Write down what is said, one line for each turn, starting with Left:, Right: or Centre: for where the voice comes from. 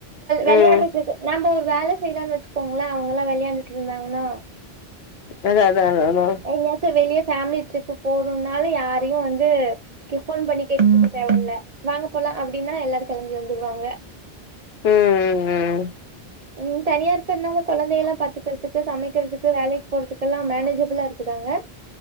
Right: விளயாடுறதுக்கு
Left: ம்
Right: நம்ம ஒரு வேல செய்றோன்னு வச்சுக்கோங்களா அவங்கல்லா விளயாண்டுட்டு இருந்தாங்கன்னா
Left: அத அத அத அதா
Right: எங்கயாச்சு வெளியே ஃபேமிலி ட்ரிப்பு போகண்னுனால யாரயு வந்து போன் பண்ணி கேட்டுக்கனு தேவயில்ல வாங்க போலா அப்டின்னா எல்லாரு கிளம்பி வந்துருவாங்க
Left: ம் ம்
Right: நீங்க தனியா இருக்கிறனால குழந்த எல்லா பாத்துக்கறதுக்கு சமைக்கிறதுக்கு வேலக்கு போறதுக்கு எல்லா மேனேஜபிளா இருக்குதாங்க